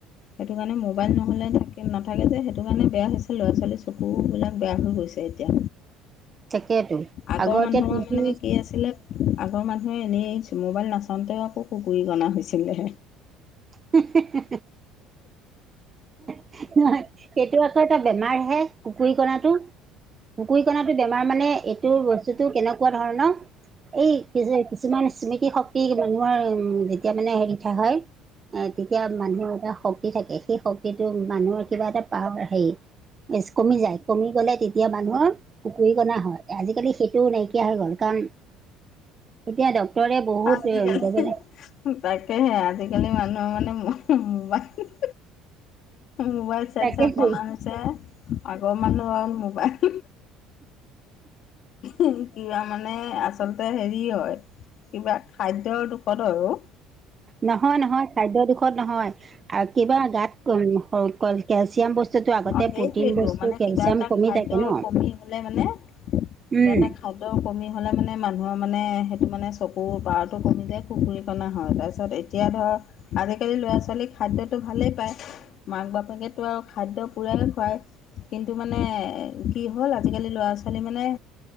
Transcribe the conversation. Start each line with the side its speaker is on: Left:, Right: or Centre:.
Left: সেইটো কাৰণে মোবাইল নহ'লে থাকে নাথাকে যে সেইটো কাৰণে বেয়া হৈছে ল'ৰা-ছোৱালী চকুবিলাক বেয়া হৈ গৈছে এতিয়া
Right: তাকেতো
Left: আগৰ মানুহৰ
Right: এতিয়া টিভি
Left: মানে কি আছিলে আগৰ মানুহে এনেই মোবাইল নাচাওঁতে আকৌ কুকুৰী কনা হৈছিলে
Right: হে হে সেইটো আকৌ এটা বেমাৰ হে কুকুৰী কণাটো কুকুৰিকণাটো বেমাৰ মানে এইটো বস্তুটো কেনেকুৱা ধৰণ এই কিযে কিছুমান স্মৃতি শক্তি মানুহৰ উম তেতিয়া মানে হেৰি থা হয় এ তেতিয়া মানুহ এটা শক্তি থাকে সেই শক্তিটো মানুহৰ কিবা এটা পাৱাৰ হেৰি মিছ কমি যায় কমি গ'লে তেতিয়া মানুহৰ কুকুৰী কণা হয় আজিকালি সেইটো নাইকিয়া হৈ গ'ল কাৰণ এতিয়া ডক ডক্টৰে বহুত
Left: আজিকালি তাকেহে আজিকালি মানুহৰ মানে মোবাইল মোবাইল চাই
Right: তাকেতো
Left: চাই কণা হৈছে আগৰ মানুহ মোবাইল উম কিবা মানে আচলতে হেৰি হয় কিবা খাদ্যৰ দুখতো হয়ও।
Right: নহয় নহয়, খাদ্য দুখত নহয় আৰু কিবা গাত কম হ কল কেলচিয়াম বস্তুটো আগতে
Left: অ সেইটোৱেইটো
Right: প্ৰটিন বস্তু,
Left: মানে
Right: কেলচিয়াম
Left: কিবা এটা
Right: কমি
Left: খাদ্যৰ
Right: থাকে ন।
Left: কমি হ'লে মানে কিবা
Right: উম
Left: এটা খা দ্যৰ কমি হ'লে মানে মানুহৰ মানে সেইটো মানে চকুৰ পাৰটো কমি যায়, কুকুৰীকণা হয় তাৰপিছত এ এতিয়া ধৰ, আজিকালি ল'ৰা - ছোৱালী খাদ্যটো ভালেই পায়, মাক - বাপেকেতো আৰু খাদ্য পুৰাই খুৱায় কিন্তু মানে কি হ'ল আজিকালি ল'ৰা - ছোৱালী মানে